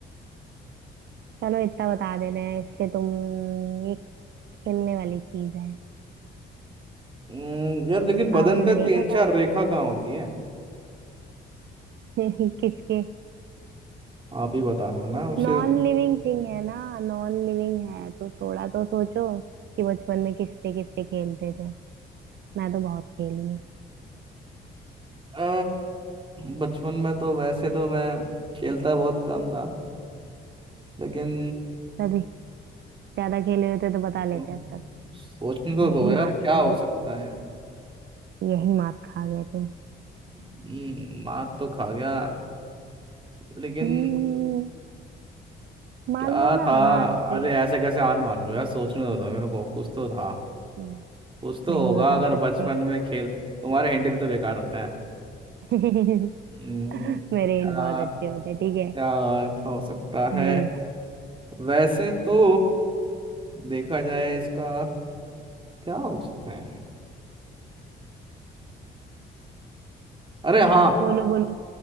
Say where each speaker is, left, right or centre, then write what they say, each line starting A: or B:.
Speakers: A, on the right; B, on the right.
A: चलो इतना बता दे रहे हैं इससे तुम ये खेलने वाली चीज है
B: हम्म, यार लेकिन बदन
A: अब नहीं
B: पे तीन
A: बताओ
B: चार रेखा कहाँ होती है
A: <laughs> किसके
B: आप ही बता रहे हो ना उसे
A: नॉन लिविंग थिंग है ना नॉन लिविंग है तो थोड़ा तो सोचो कि बचपन में किससे किससे खेलते थे मैं तो बहुत खेली हूँ
B: अ, बचपन में तो वैसे तो मैं खेलता बहुत कम था लेकिन
A: तभी ज्यादा खेले होते तो बता लेते
B: तुम
A: अब तक
B: सोचने तो
A: यही
B: दो यार
A: मात
B: क्या
A: खा
B: हो
A: गए
B: सकता है
A: यही मात खा गए तुम
B: हम्म, मार तो खा गया लेकिन
A: हम्म, मान
B: क्या
A: लो ना
B: था
A: हार के
B: अरे ऐसे कैसे हार मान लो यार सोचने तो दो मेरे को कुछ तो था
A: हम्म,
B: कुछ तो
A: नहीं
B: होगा
A: बता
B: अगर
A: सकते
B: बचपन में खेल तुम्हारे हिंट भी तो बेकार होते हैं
A: <laughs>
B: हम्म,
A: मेरे
B: क्या
A: हिंट बहुत अच्छे होते ठीक है
B: क्या हो सकता
A: हम्म
B: है वैसे तो देखा जाए इसका क्या हो सकता है अरे हाँ
A: बोलो बोलो